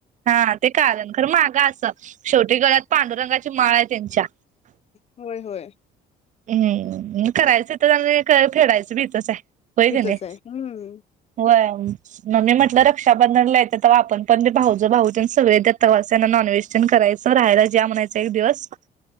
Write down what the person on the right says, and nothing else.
हा ते कारण. खर मागा असं. शेवटी गळ्यात पांडुरंगाची माळ आहे त्यांच्या.
हम्म करायचं तिथंच आणि फेडायचं तिथंच हाय. होय का
नाही
व्हय. मग मी म्हटलं रक्षा बंधनलायं येत्यात तवा. आपण पण भाऊजो भाऊ सगळे जन येतात तेंव्हा तेना नॉनव्हेज करायच. राहायला या म्हणायच एक दिवस